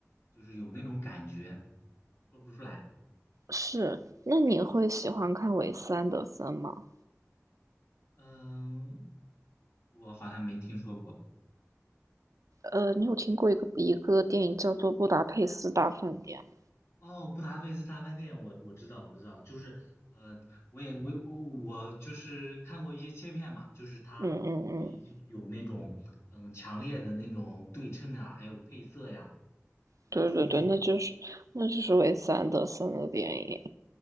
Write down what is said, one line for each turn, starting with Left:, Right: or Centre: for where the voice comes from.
Left: 就是有那种感觉，说不出来。
Right: 是。那你会喜欢看韦斯安德森吗？
Left: 嗯，我好像没听说过。
Right: 呃，你有听过一个一个电影叫做《布达佩斯大饭店》吗？
Left: 哦，布达佩斯大饭店，我我知道，我知道，就是呃，我也我我我就是看过一些切片嘛，就是它会有那种嗯强烈的那种对称呀，
Right: 嗯嗯嗯，
Left: 还有配色呀那种冲突。
Right: 对对对，那就是那就是韦斯安德森的电影，